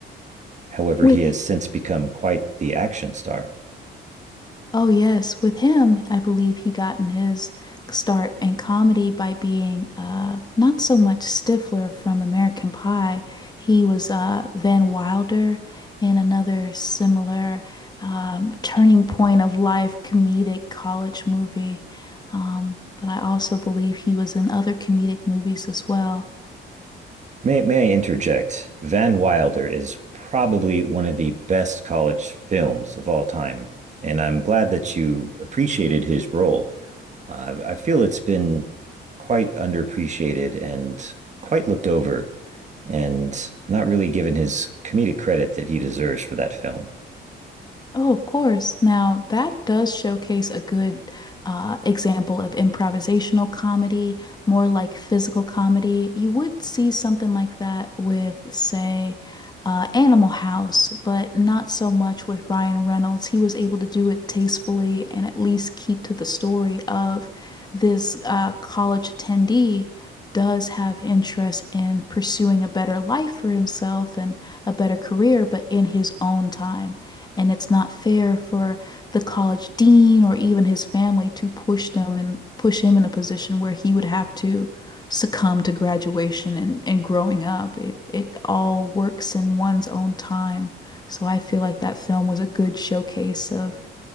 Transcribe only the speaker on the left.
With
Oh, yes. With him, I believe he gotten his start in comedy by being uh, not so much Stifler from American Pie. He was uh, Van Wilder in another similar um, turning point of life comedic college movie. Um, but I also believe he was in other comedic movies as well.
Oh, of course. Now, that does showcase a good uh, example of improvisational comedy, more like physical comedy. You would see something like that with, say, uh, Animal House, but not so much with Ryan Reynolds. He was able to do it tastefully and at least keep to the story of this uh, college attendee does have interest in pursuing a better life for himself and a better career, but in his own time. And it's not fair for the college dean or even his family to push them and push him in a position where he would have to succumb to graduation and, and growing up. It it all works in one's own time. So I feel like that film was a good showcase of